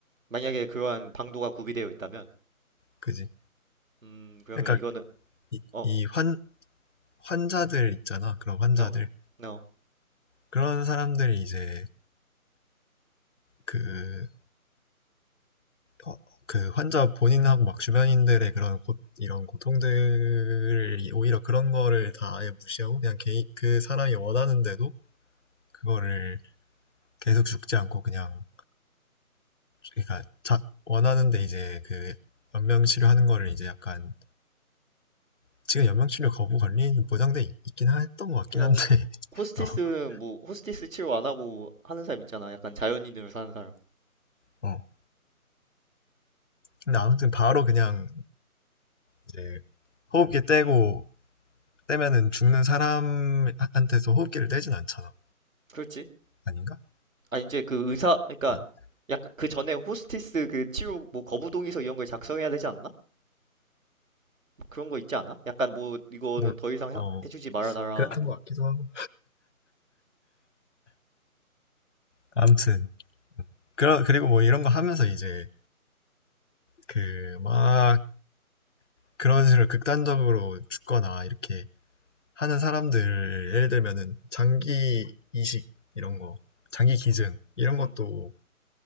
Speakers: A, on the right; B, on the left.
A: 만약에 그러한 방도가 구비되어 있다면,
B: 그지.
A: 음, 그러면
B: 그러니까
A: 이거는
B: 이
A: 어,
B: 이 환 환자들 있잖아. 그런 환자들
A: no, no.
B: 그런 사람들이 이제 그 어, 그 환자 본인하고 막 주변인들의 그런 고, 이런 고통들을 오히려 그런 거를 다 아예 무시하고 그냥 개인, 그 사람이 원하는데도 그거를 계속 죽지 않고 그냥 그러니까 자, 원하는데 이제 그 연명 치료하는 거를 이제 약간 지금 연명 치료 거부 권리는 보장돼 있- 있긴 했던 것 같긴
A: 그래,
B: 한데
A: 호스티스
B: <laughs>
A: 뭐 호스티스 치료 안 하고 하는 사람 있잖아. 약간 자연인으로 사는 사람.
B: 어, 어. 근데 아무튼 바로 그냥 이제 호흡기 떼고 떼면은 죽는 사람한테서 호흡기를 떼진 않잖아
A: 그렇지?
B: 아닌가?
A: 아 이제 그 의사 그러니까
B: 어,
A: 약간 그 전에 호스티스 그 치료 뭐 거부동의서 이런 걸 작성해야 되지 않나? 막 그런 거 있지 않아? 약간 뭐 이거는
B: 뭘,
A: 더 이상 해,
B: 어,
A: 해주지 말아달라
B: 그랬던
A: 뭐
B: 것 같기도 하고. 아무튼 그러, 그리고 뭐 이런 거 하면서 이제 그 막 그런 식으로 극단적으로 죽거나 이렇게 하는 사람들 예를 들면은 장기 이식 이런 거 장기 기증 이런
A: 음.
B: 것도